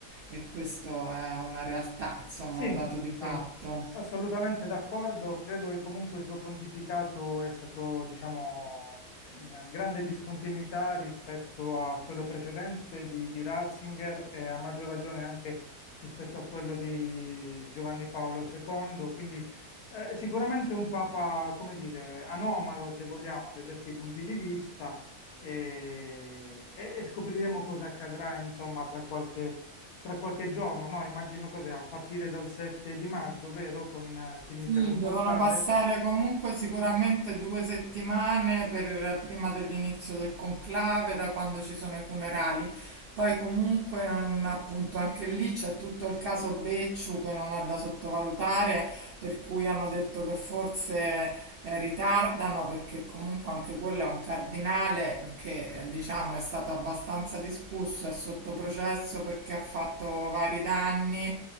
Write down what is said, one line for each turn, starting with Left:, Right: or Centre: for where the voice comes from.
Right: e questo è una realtà, insomma,
Left: Sì,
Right: un dato di
Left: sì,
Right: fatto.
Left: assolutamente d'accordo. Credo che comunque il suo pontificato è stato, diciamo, in grande discontinuità rispetto a quello precedente di, di Ratzinger e a maggior ragione anche rispetto a quello di Giovanni Paolo II. Quindi eh, sicuramente un papa, come dire, anomalo se vogliamo da certi punti di vista e, e- e scopriremo cosa accadrà, insomma, tra qualche tra qualche giorno, no? Immagino cos'è, a partire dal 7 di maggio, vero? Con, eh, si inizia
Right: Sì,
Left: con
Right: devono
Left: Conclave?
Right: passare comunque sicuramente due settimane per- prima dell'inizio del conclave, da quando ci sono i funerali. Poi comunque non- appunto anche lì c'è tutto il caso Becciu che non è da sottovalutare, per cui hanno detto che forse eh, ritardano, perché comunque anche quello è un cardinale che eh, diciamo è stato abbastanza discusso, è sotto processo perché ha fatto vari danni